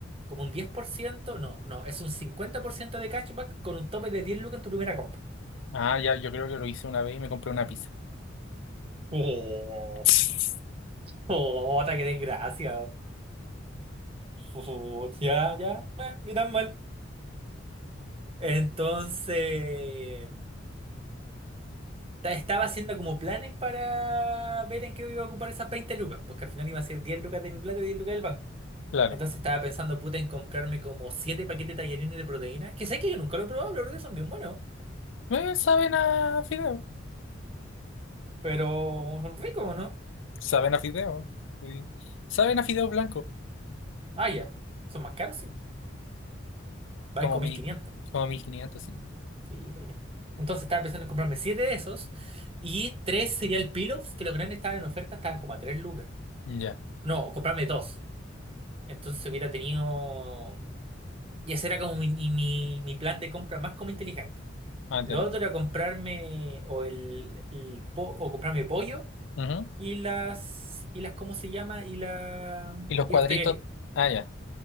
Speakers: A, on the right; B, on the left.
A: como un diez por ciento no, no, es un 50% de cashback con un tope de 10 lucas en tu primera compra.
B: Ah, ya, yo creo que lo hice una vez y me compré una pizza.
A: Oh,
B: <laughs>
A: oh, ta, qué desgracia. Oh, ya, ya, eh, ni tan mal. Entonces, ta- estaba haciendo como planes para ver en qué iba a ocupar esas 20 lucas, porque al final iba a ser 10 lucas de mi plata y 10 lucas del banco.
B: Claro.
A: Entonces estaba pensando, puta, en comprarme como 7 paquetes de tallarines de proteína, que sé que yo nunca lo he probado, pero creo que son bien buenos.
B: Eh, saben a fideo.
A: Pero son ricos, ¿no?
B: Saben a fideo. Sí. Saben a fideo blanco.
A: Ah, ya. Son más caros, sí. Valen
B: Como
A: como
B: mil,
A: mil quinientos
B: como 1500, sí.
A: Sí, pero ya. Entonces estaba pensando en comprarme 7 de esos y 3 cereal pillows, que los grandes estaban en oferta, estaban como a 3 lucas.
B: Ya,
A: No, comprarme dos Entonces hubiera tenido. Y ese era como mi, mi, mi plan de compra más como inteligente.
B: ah, entiendo.
A: Lo otro era comprarme o el, el po- o comprarme pollo
B: Ujú.
A: y las y las ¿cómo se llama? y la
B: Y los
A: y
B: cuadritos,
A: los tallarines.
B: ah, ya,